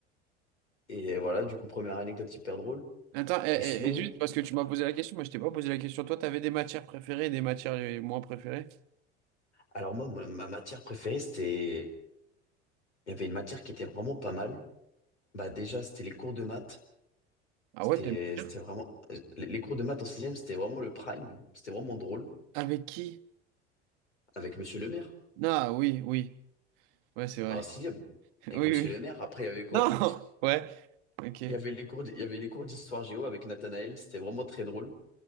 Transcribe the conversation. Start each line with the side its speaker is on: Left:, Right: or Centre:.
Left: Et voilà, du coup, première anecdote hyper drôle.
Right: Attends, et, et-
Left: Mais sinon,
Right: et juste parce que tu m'as posé la question, moi je t'ai pas posé la question. Toi, t'avais des matières préférées et des matières euh, moins préférées?
Left: alors moi, ma ma matière préférée, c'était... Il y avait une matière qui était vraiment pas mal. Bah déjà, c'était les cours de maths.
Right: Ah
Left: C'était
Right: ouais, t'aimes bien.
Left: c'était vraiment... euh, Les les cours de maths en sixième, c'était vraiment le prime. C'était vraiment drôle.
Right: Avec qui?
Left: Avec Monsieur Le Maire.
Right: Ah oui, oui. Ouais, c'est vrai.
Left: Bah, en sixième.
Right: <laughs> Oui,
Left: Avec Monsieur
Right: oui.
Left: Le Maire, après, il y avait quoi?
Right: Non! Ouais, ok.
Left: Il y avait les cours, d- il y avait les cours d'histoire géo avec Nathanaël. C'était vraiment très drôle.